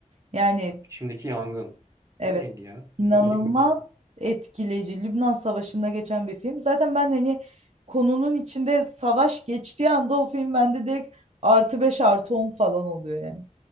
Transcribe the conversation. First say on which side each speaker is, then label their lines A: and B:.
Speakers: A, on the right; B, on the right.
A: Yani
B: İçimdeki yangın.
A: evet.
B: O neydi ya?
A: İnanılmaz
B: Bakayım bakayım.
A: etkileyici. Lübnan Savaşı'nda geçen bir film. Zaten ben hani konunun içinde savaş geçtiği anda o film bende direkt artı 5 artı 10 falan oluyor yani.